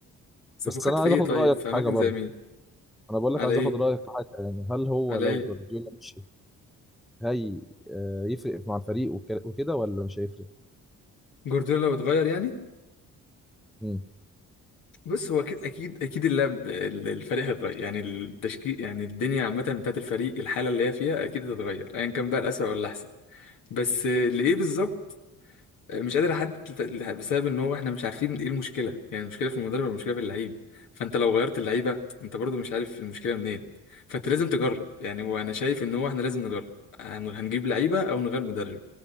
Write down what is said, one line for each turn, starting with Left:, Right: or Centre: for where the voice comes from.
Left: صفقات
Centre: بس انا
Left: في
Centre: عايز
Left: ايه
Centre: اخد
Left: طيب
Centre: رايك
Left: في
Centre: في
Left: اماكن
Centre: حاجه برضه
Left: زي مين
Centre: انا بقول لك
Left: على
Centre: عايز
Left: ايه
Centre: اخد رايك في حاجه يعني هل هو
Left: على
Centre: لو
Left: ايه
Centre: جوارديولا مشي هي آه يفرق مع الفريق وك- وكده ولا مش هيفرق؟
Left: جوارديولا لو اتغير يعني
Centre: امم
Left: بص هو اكيد اكيد اكيد اللعب ال- الفريق هيتغير يعني التشكيل يعني الدنيا عامه بتاعت الفريق الحاله اللي هي فيها اكيد هتتغير ايا كان بقى الاسوء ولا الاحسن بس لايه بالظبط مش قادر احدد ال- بسبب ان هو احنا مش عارفين ايه المشكله يعني المشكله في المدرب ولا المشكله في اللعيب فانت لو غيرت اللعيبه انت برضو مش عارف المشكله منين فانت لازم تجرب يعني وانا شايف ان هو احنا لازم نجرب هن- هنجيب لعيبه او نغير مدرب